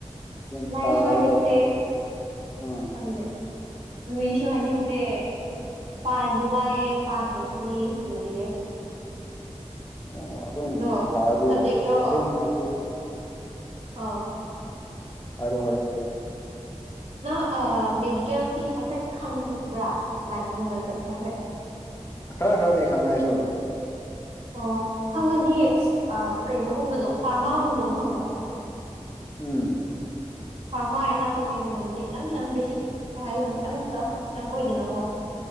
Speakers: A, on the left; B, on the right.
A: ꯒ꯭ꯌꯥꯟ
B: ꯂꯥꯏꯁꯨ
A: ꯇꯥꯒꯗꯧꯕ
B: ꯍꯥꯏꯅꯤꯡꯗꯦ
A: ꯑꯥ
B: ꯈꯪꯗꯦ ꯂꯨꯏꯁꯨ ꯍꯥꯏꯅꯤꯡꯗꯦ ꯄꯥꯔꯗꯤ ꯂꯥꯏꯌꯦ ꯄꯥꯗ꯭ꯔꯗꯤ ꯂꯨꯏꯌꯦ
A: ꯑꯣ ꯑꯗꯨꯝ
B: ꯑꯗꯣ
A: ꯄꯥꯔꯗꯤ
B: ꯁꯕꯖꯦꯛꯇꯣ
A: ꯑꯗꯨꯝ ꯄꯥꯔꯗꯤ
B: ꯑꯥꯎ
A: ꯍꯥꯏꯔꯣ ꯍꯥꯏꯔꯣ
B: ꯅꯪ ꯑꯥ ꯃꯦꯗꯤꯀꯦꯜꯒꯤ ꯍꯥꯏꯐꯦꯠ ꯈꯪꯕ꯭ꯔꯥ ꯂꯥꯏꯟꯒꯨꯝꯕꯁꯦ ꯍꯥꯏꯐꯦꯠ
A: ꯈꯔ ꯈꯔꯗꯤ ꯈꯪꯉꯦ ꯑꯩꯁꯨ
B: ꯑꯣ ꯈꯪꯉꯗꯤ ꯑꯥ ꯀꯩꯅꯣꯒꯨꯝꯕꯗꯣ ꯐꯥꯔꯃꯥꯒꯨꯝꯕꯗꯣ ꯈꯪꯕ꯭ꯔꯥ
A: ꯎꯝ
B: ꯐꯥꯔꯃꯥ ꯑꯦꯅꯥꯇꯣꯃꯤꯒꯨꯝꯕꯗꯨꯗꯤ ꯈꯤꯇꯪ ꯈꯤꯇꯪ ꯕꯦꯁꯤꯛ ꯀꯩ ꯍꯥꯏꯗꯣꯏꯅꯣ ꯈꯤꯇꯪ ꯇꯛ ꯈꯤꯇꯪ ꯑꯣꯏꯗꯅꯀꯣ